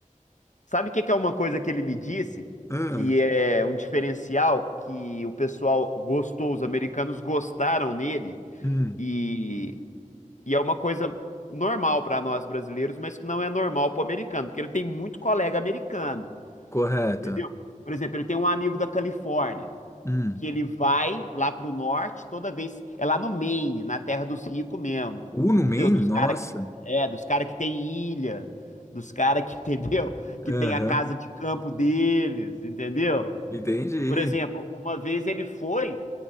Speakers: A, on the left; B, on the left.
A: Sabe o que que é uma coisa que ele me disse?
B: Hum,
A: Que é um diferencial que o pessoal gostou, os americanos gostaram nele,
B: hum,
A: e, e é uma coisa normal para nós brasileiros, mas que não é normal para o americano, porque ele tem muito colega americano,
B: correto.
A: entendeu? Por exemplo, ele tem um amigo da Califórnia
B: Hum.
A: que ele vai lá pro norte, toda vez. É lá no Maine, na terra dos ricos mesmo.
B: Uno
A: Entendeu?
B: Man?
A: Dos
B: Nossa.
A: cara que, é, dos cara que tem ilha, dos cara que, <laughs> entendeu? Que tem
B: Aham,
A: a casa de campo deles, entendeu?
B: entendi.
A: Por exemplo, uma vez ele foi,